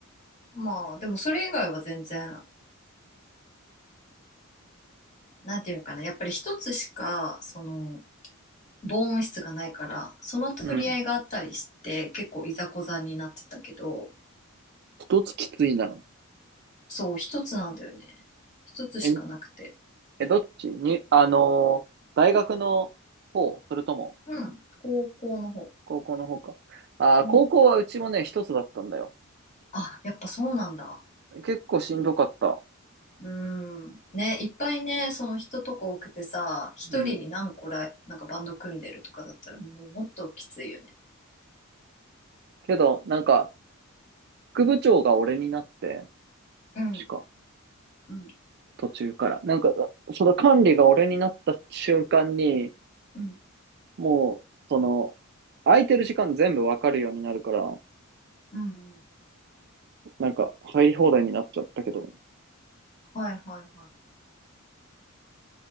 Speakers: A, on the left; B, on the right.
A: まあ、でもそれ以外は全然、なんていうのかな。やっぱり一つしか、その、防音室がないからその取り合いがあったりして結構いざこざになってたけど
B: うん。一つきついな。
A: そう一つなんだよね一つしかなくて
B: え、え、どっちに、あのー大学の方、それとも、
A: うん高校の方
B: 高校の方か。あー、
A: うん
B: 高校はうちもね、一つだったんだよ。
A: あやっぱそうなんだ
B: 結構しんどかった。
A: うんねいっぱいねその人とか多くてさ一人に何個らなんかバンド組んでるとかだったらもうもっときついよね
B: うん。けど、なんか、副部長が俺になって、
A: うん
B: しか、
A: うん
B: 途中から。なんか、その管理が俺になった瞬間に、
A: うん
B: もう、その、空いてる時間全部わかるようになるから、
A: うんうん
B: なんか、入り放題になっちゃったけど、
A: はいはいはいは